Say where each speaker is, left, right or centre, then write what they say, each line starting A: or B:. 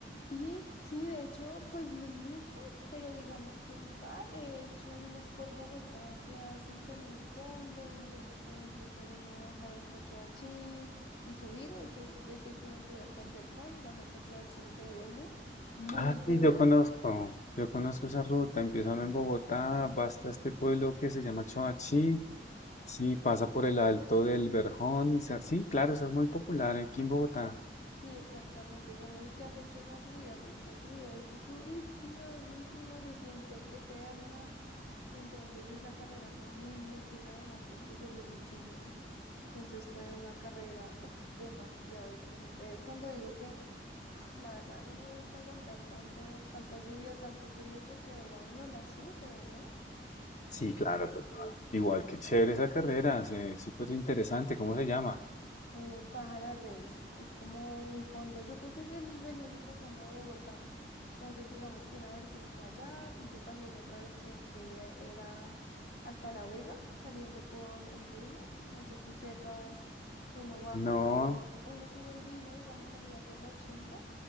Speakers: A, on the left; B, on the left.
A: Sí, sí, de hecho, pues no muchas, pero digamos que un par. He hecho unas por Bogotá que hacen como un fondo, entonces, por ejemplo, hice una de bajar hasta Choachí y subir, es es decir, que uno sube hasta el Verjón, baja hasta Choachí y se devuelve. Muy
B: Ah,
A: dura.
B: sí, yo conozco, yo conozco esa ruta, empieza uno en Bogotá, va hasta este pueblo que se llama Choachí, sí, pasa por el Alto del Verjón, y sa- sí, claro, esa es muy popular aquí en Bogotá.
A: Sí, exactamente. Yo no sé si te has hecho esa subida, pero esa subida es durísima, durísima, se siente eterna. Entonces, esa carrera fue muy, muy dura, además, porque llovió muchísimo. Entonces fue una carrera, uf, demasiado exigente. Es cuando digo que, ay, la verdad, a mí no me gusta aguantar tanto, tanta lluvia, tanto frío, porque de verdad uno la sufre, ¿no?
B: Sí, claro, total. Igual, que chévere esa carrera, se- súper interesante, ¿cómo se llama?
A: Eh, Pájara Reis, es como un fondo, yo creo que es el, el único fondo de Bogotá. Entonces, digamos que una versión fue allá, hice también otra versión que era hasta La Vega, saliendo por el vino. No sé si sepas, uno baja
B: No,
A: por, uno sube el vino, digamos, salida por la 80.